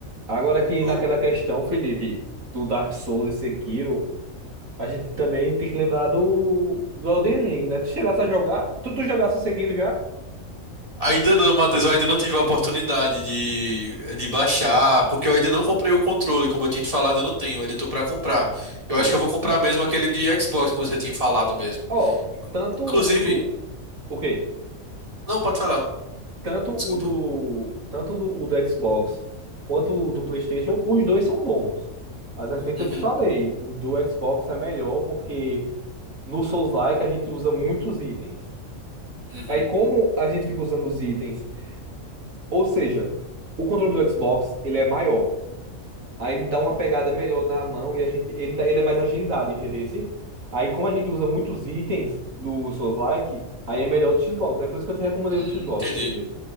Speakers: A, on the right; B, on the right.
A: Agora que
B: Eu-
A: naquela questão, Felipe, do Dark Souls e Sekiro, a gente também tem que lembrar do, do Elden Ring, né? Tu chegasse a jogar? Tu, tu jogasse o Sekiro já?
B: Ainda não, Matheus, eu ainda não tive a oportunidade de, de baixar, porque eu ainda não comprei o controle, como eu tinha te falado, eu não tenho, eu ainda tô pra comprar. Eu
A: Sei.
B: acho que eu vou comprar mesmo aquele de Xbox que você tinha falado mesmo.
A: Ó,
B: Inclu-
A: tanto
B: Inclusive,
A: o do. O quê?
B: não, pode falar,
A: Tanto
B: desculpa.
A: o do. Tanto do, o do Xbox quanto o do PlayStation, os dois são bons. Mas é feito,
B: Uhum,
A: eu te falei, o do Xbox é melhor porque no Souls-like a gente usa muitos itens.
B: uhum,
A: Aí, como a gente fica usando os itens. Ou seja, o controle do Xbox, ele é maior. Aí ele dá uma pegada melhor na mão e a gente, ele, dá- ele é mais agilidade, entendeu? Aí como a gente usa muitos itens no Souls-like, aí é melhor o do Xbox. É por isso que eu te recomendei
B: Hum,
A: o do Xbox,
B: entendi,
A: entendeu?